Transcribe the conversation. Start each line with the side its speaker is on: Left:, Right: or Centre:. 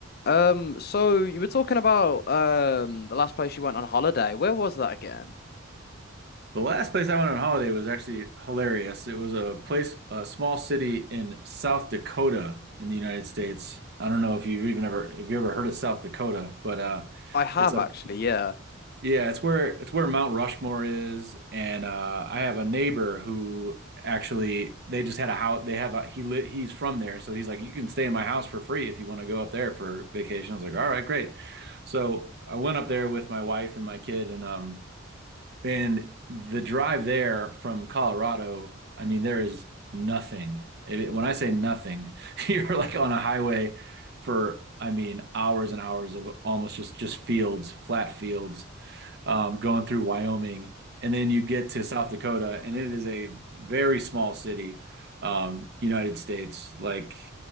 Left: Um, so you were talking about um the last place you went on holiday. Where was that again?
Right: The last place I went on holiday was actually hilarious. It was a place, a small city in South Dakota in the United States. I don't know if you've even ever, if you ever heard of South Dakota, but uh,
Left: I have
Right: it's a,
Left: actually, yeah.
Right: yeah, it's where it's where Mount Rushmore is. And uh, I have a neighbor who actually they just had a house. They have a, he lit, he's from there, so he's like, you can stay in my house for free if you want to go up there for vacation. I was like, all right, great. So I went up there with my wife and my kid, and um. And the drive there from Colorado, I mean, there is nothing. It- when I say nothing, <laughs> you're like on a highway for, I mean, hours and hours of almost just just fields, flat fields, um, going through Wyoming, and then you get to South Dakota, and it is a very small city, um, United States, like